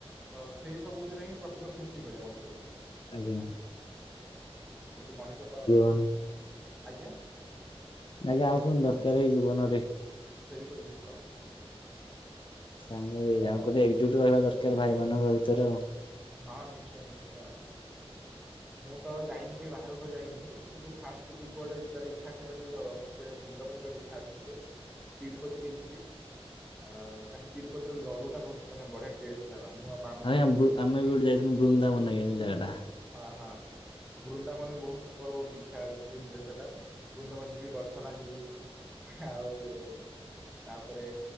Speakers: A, in the centre; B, on the left.
A: ତ ସେଇ ସବୁଥିରେ ହିଁ ପ୍ରକୃତ ଖୁସି ମିଳେ ମଣିଷକୁ।
B: ଆଜ୍ଞା
A: କିନ୍ତୁ ମଣିଷ ତ
B: <unintelligible>
A: ଆଜ୍ଞା
B: ଆଜ୍ଞା ଆଉ କଣ ଦରକାର ଏଇ ଜୀବନରେ?
A: <unintelligible>
B: ସାଙ୍ଗ ଏଇ ଗୋଟେ ଏକଜୁଟ ରହିବା ଦରକାର ଭାଇ ମାନଙ୍କ ଭିତରେ ଆଉ।
A: ହଁ ନିଶ୍ଚୟ ନିଶ୍ଚୟ ମୁଁ ତ ଯାଇନି କି ବାହାରକୁ ଯାଇନି କିନ୍ତୁ ଫାଷ୍ଟ ଯଦି କୁଆଡେ ଯିବାର ଇଚ୍ଛା ଅଛି ଯ ମତେ ବୃନ୍ଦାବନ ଯିବାର ଇଛା ଅଛି ଟିକେ। ତିରୁପତି ଟିକେ ଯିବି ଆ କାହିଁକି ତିରୁପତିର ଲଡୁ ଟା ବହୁତ ମାନେ ବଢିଆ। ଟେଷ୍ଟ ତାର ମୁଁ ଆ
B: ଆଜ୍ଞା
A: <unintelligible>
B: ବୃ ଆମେ ବି ଗୋଟେ ବୃନ୍ଦାବନ <unintelligible> ଜାଗାଟା
A: ହଁ ହଁ। ବୃନ୍ଦାବନ ବି ବହୁତ ମୋର ବହୁତ ଇଚ୍ଛା ଅଛି ଡ୍ରିମ୍ ପ୍ଲେସ୍ ସେଟା ବୃନ୍ଦାବନ ଯିବି ବର୍ସନା ଯିବି ଆଉ ତାପରେ